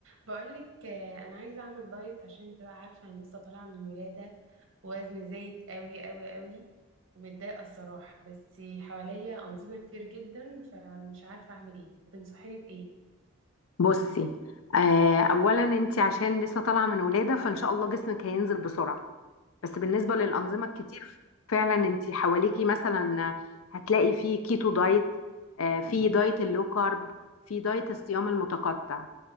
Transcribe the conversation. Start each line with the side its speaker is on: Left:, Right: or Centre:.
Right: بقولك آه، انا عايزه اعمل دايت عشان انت بقى عارفه انا لسه طالعه من ولاده ووزني زايد قوي قوي قوي ومتضايقه الصراحه بس حواليا انظمه كتير جدا فمش عارفه اعمل ايه هتنصحيني بايه
Left: بصي آه، اولا انت عشان لسه طالعه من ولاده فان شاء الله جسمك هينزل بسرعه بس بالنسبه للانظمه الكتير فعلا انت حواليكي مثلا هتلاقي في كيتو دايت آه، في دايت اللو كارب في دايت الصيام المتقطع